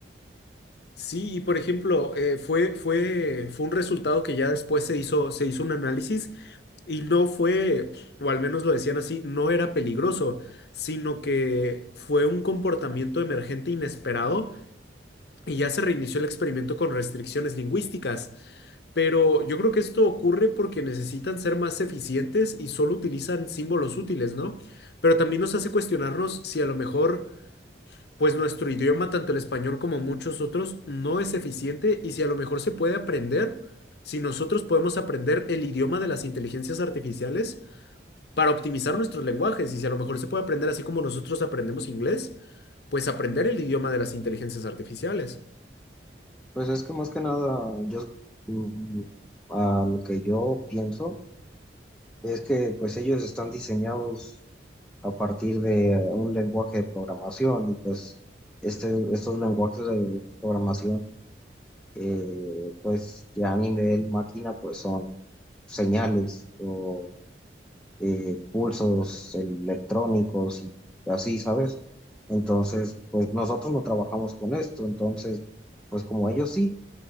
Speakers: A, on the left; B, in the centre.
A: Sí, y por ejemplo, eh, fue, fue, fue un resultado que ya después se hizo, se hizo un análisis y no fue, o al menos lo decían así, no era peligroso, sino que fue un comportamiento emergente inesperado y ya se reinició el experimento con restricciones lingüísticas. Pero yo creo que esto ocurre porque necesitan ser más eficientes y solo utilizan símbolos útiles, ¿no? Pero también nos hace cuestionarnos si a lo mejor pues nuestro idioma, tanto el español como muchos otros, no es eficiente y si a lo mejor se puede aprender, si nosotros podemos aprender el idioma de las inteligencias artificiales para optimizar nuestros lenguajes y si a lo mejor se puede aprender así como nosotros aprendemos inglés, pues aprender el idioma de las inteligencias artificiales.
B: Pues es que más que nada yo mm, a lo que yo pienso Es que pues ellos están diseñados a partir de eh, un lenguaje de programación y pues este, estos lenguajes de programación eh, pues ya a nivel máquina pues son señales o eh, pulsos electrónicos y así, ¿sabes? Entonces pues nosotros no trabajamos con esto, entonces pues como ellos sí,